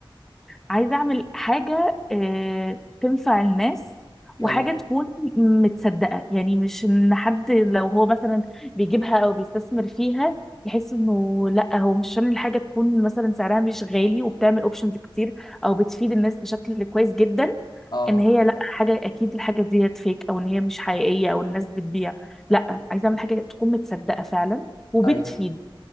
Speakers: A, in the centre; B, on the left.
A: عايزة أعمل حاجة آه، تنفع الناس وحاجة
B: حلو
A: تكون متصدقة يعني مش إن حد لو هو مثلا بيجيبها أو بيستثمر فيها يحس إنه لأ هو مش عشان الحاجة تكون مثلا سعرها مش غالي وبتعمل أوبشنز كتير أو بتفيد الناس بشكل كويس جدا
B: اه
A: إن هي لأ حاجة أكيد الحاجة دي فيك أو إن هي مش حقيقية أو الناس بتبيع لأ عايزة أعمل حاجة تكون متصدقة فعلا وبتفيد
B: ايوه